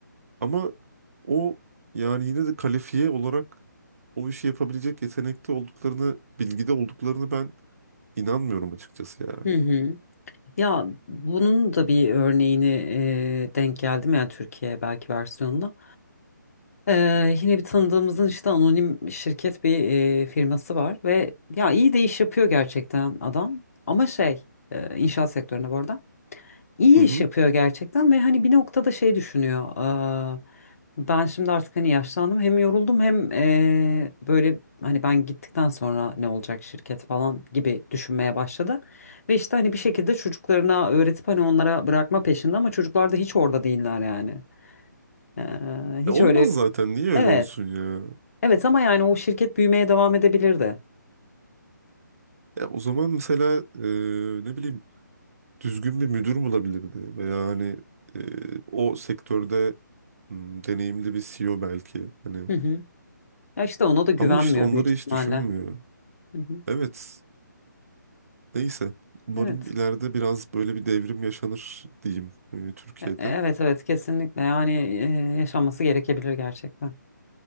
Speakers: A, on the right (about 50°); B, on the left (about 50°).
A: Ama o yani yine de kalifiye olarak o işi yapabilecek yetenekte olduklarını, bilgide olduklarını ben İnanmıyorum açıkçası ya.
B: Hı hı. Ya bunun da bir örneğini e, denk geldim ya Türkiye belki versiyonunda? E, yine bir tanıdığımızın işte anonim şirket bir e, firması var ve ya iyi de iş yapıyor gerçekten adam. Ama şey e, inşaat sektöründe bu arada. iyi
A: Hı hı.
B: iş yapıyor gerçekten ve hani bir noktada şey düşünüyor. "Aa, ben şimdi artık hani yaşlandım hem yoruldum hem eee, böyle hani ben gittikten sonra ne olacak şirket falan gibi düşünmeye başladı. Ve işte hani bir şekilde çocuklarına öğretip hani onlara bırakma peşinde ama çocuklar da hiç orada değiller yani. Eee, hiç
A: E, olmaz
B: öyle.
A: zaten. Niye öyle
B: Evet.
A: olsun ya?
B: Evet ama yani o şirket büyümeye devam edebilirdi.
A: Ya o zaman mesela e, ne bileyim düzgün bir müdür bulabilirdi veya hani e, o sektörde hmm, deneyimli bir CEO belki hani.
B: Hı hı. Ya işte ona da güvenmiyor
A: Ama işte onları
B: büyük ihtimalle.
A: hiç düşünmüyor.
B: Hı hı.
A: Evet. Neyse. Umarım
B: Evet.
A: ileride biraz böyle bir devrim yaşanır diyeyim e, Türkiye'de.
B: E- Evet evet kesinlikle yani e, yaşanması gerekebilir gerçekten.